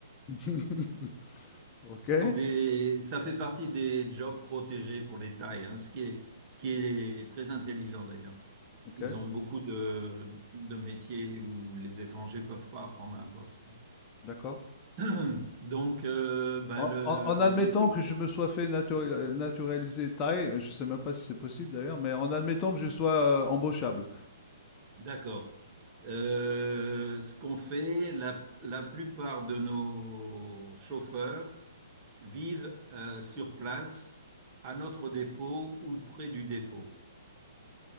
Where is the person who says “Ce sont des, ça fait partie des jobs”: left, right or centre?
Right